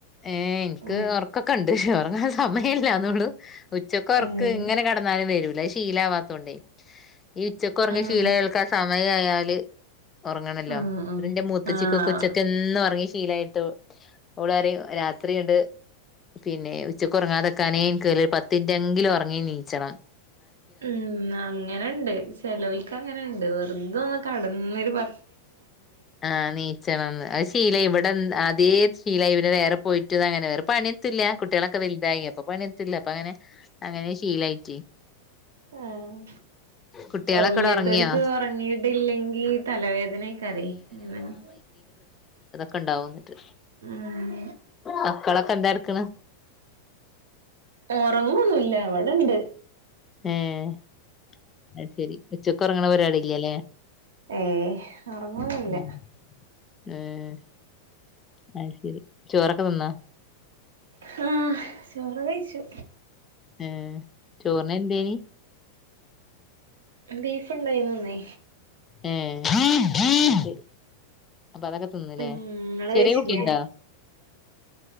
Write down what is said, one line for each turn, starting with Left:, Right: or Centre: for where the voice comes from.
Left: ഏ എനിക്ക്
Right: ഉം
Left: ഉറക്കൊക്കെണ്ട് ഉറങ്ങാൻ സമയില്ല അതൊള്ളൂ ഉച്ചകൊറക്കം
Right: ഏഹ്
Left: ഇങ്ങനെ കെടന്നാലും വരും ഇല്ല ശീലാവാത്തോണ്ടേ ഈ ഉച്ചക്കൊറങ്ങി
Right: ആഹ്
Left: ശീലാൾക്കെ സമയായാലേ ഉറങ്ങണല്ലോ
Right: ആഹ് ആഹ്
Left: അതിന്റെ മൂത്തച്ചിക്കുക്കെന്നുറങ്ങി
Right: ആഹ്
Left: ശീലായിട്ട് ഓള് പറയും രാത്രീണ്ട് പിന്നെ ഉച്ചക്ക് ഉറങ്ങാതെക്കാനെ എനക്ക് പത്തിറ്റെങ്കിലും ഒറങ്ങീ ച്ചണം
Right: ഉം അങ്ങനുണ്ട് ചെലവയ്ക്ക് അങ്ങനെയുണ്ട് വെറുതൊന്ന് കടന്നൊരു പ
Left: ആ നീച്ചവന്ന് ആശീലം ഇവിടെന്ന് അതേ ശീലായി. പിന്നെ വേറെ പോയിട്ടും ഇതങ്ങനെ. വേറെ പണി ത്തില്ല കുട്ടിയെളൊക്കെ വെല്തായി. അപ്പൊ പണി എത്തുല്ല. അപ്പ അങ്ങനെ അങ്ങനെ ശീലായിറ്റെ
Right: ആഹ്
Left: കുട്ടികളൊക്കെടെ
Right: ഓ അങ്ങനത്തോൽക്ക്
Left: ഉറങ്ങിയോ
Right: ഉറങ്ങിയിട്ടില്ലെങ്കീ തലവേദനേക്കാരെ <unintelligible>
Left: കൊണ്ടാവുവന്നിട്ട്
Right: ഉം
Left: മക്കളൊക്കെ എന്താ ഇട്ക്ക്ണ്
Right: ഒറങ്ങൊന്നൂല്ല. ഇവടെണ്ട്
Left: ഏഹ് അത് ശരി ഉച്ചക്ക് ഒറങ്ങണ പരിപാടി ഇല്ലല്ലേ
Right: ഏയ് ഒറങ്ങൊന്നുല്ല
Left: ഉം ഏഹ് അത് ശരി. ചോറൊക്കെ തിന്നൊ
Right: ഹാഹ് ചോറ് ക്കെ കഴിച്ചു
Left: ഏഹ് ചോറിന് എന്തേനി
Right: ബീഫ് ഉണ്ടായിന്നു ഇന്നേ
Left: ഏഹ് ശരി അപ്പൊ അതൊക്കെ തിന്ന്
Right: ഉം
Left: ലേ
Right: ഇങ്ങള്
Left: ചെറിയ
Right: കഴിച്ചില്ലേ
Left: കുട്ടിണ്ടൊ